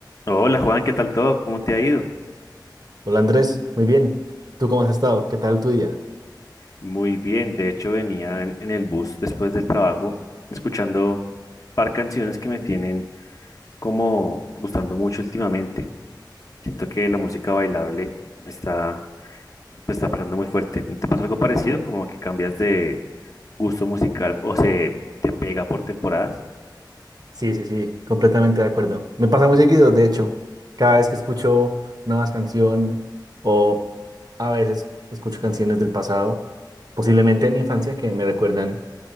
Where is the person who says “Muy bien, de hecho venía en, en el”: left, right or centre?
Left